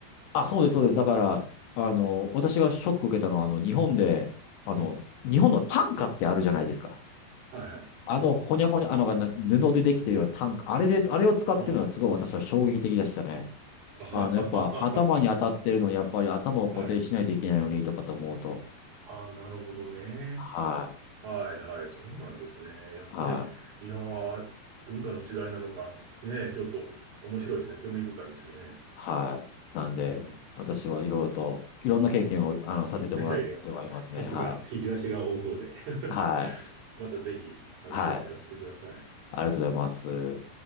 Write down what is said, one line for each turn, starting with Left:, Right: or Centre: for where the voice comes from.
Left: あ、そうです、そうです。だから、あの、私がショック受けたのは、あの、日本で、あの、
Right: うん。
Left: 日本の単価ってあるじゃないですか。
Right: はいはい。
Left: あの、ほにゃほにゃ、あの、な布でできてるようなタンク、あれで、あれを使ってるのはすごい私は衝撃的でしたね。
Right: うんはい。あははは
Left: あの、やっぱ頭に当たってるのに、やっぱり頭を固定しないといけないのにとかと思うと、
Right: ははい。ああ、なるほどね。
Left: は
Right: はいはい、そうなんですね。やっぱり、
Left: い、はい、
Right: いやー、文化の違いなのか、ねえ、ちょっと面白いですね。興味深いですよね。
Left: はい。なんで、
Right: うん。
Left: 私はいろいろと、いろんな経験を、あの、させてもらってはいますね。
Right: いやいや、さすが、
Left: はい、
Right: 引き出しが多そうで。
Left: はい、
Right: <laughs> またぜひ話を聞かせてください。
Left: はい。ありがとうございます。